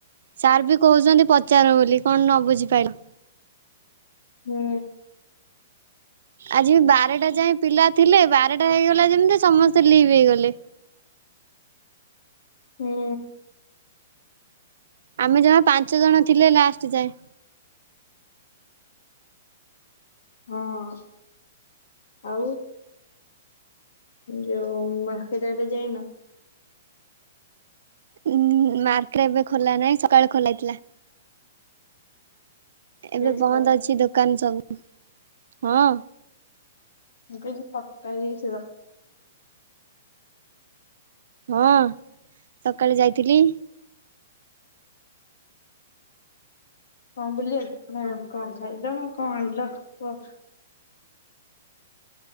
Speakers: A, on the right; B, on the left.
A: ସାର୍ ବି କହୁଛନ୍ତି ପଚାର ବୋଲି କଣ ନ ବୁଝିପାଇଲ?
B: ହୁଁ।
A: ଆଜି ବାରଟା ଯାଏ ପିଲା ଥିଲେ ବାରଟା ହେଇଗଲା ଯେମିତି ସମସ୍ତେ ଲିଭ୍ ହେଇଗଲେ।
B: ହୁଁ।
A: ଆମେ ଜମା ପାଞ୍ଚ ଜଣ ଥିଲେ ଲାଷ୍ଟ ଯାଏ।
B: ହଁ ଆଉ ଯୋଉ ମାର୍କେଟ ଆଡେ ଯାଇନ?
A: ଉଁ ମାର୍କ ଏବେ ଖୋଲା ନାଇଁ ସକାଳେ ଖୋଲା ଥିଲା। ଏବେ
B: ଯାଇଥିଲ?
A: ବନ୍ଦ ଅଛି ଦୋକାନ ସବୁ ହଁ।
B: ମୁଁ କହିଲି ପଟା ଦେଇଥିଲ।
A: ହଁ ସକାଳେ ଯାଇଥିଲି।
B: କଣ ବୁଲି ଆକୁ ନା କଣ ଖାଇଲ ନା କଣ ଆଣିଲ କୁହ?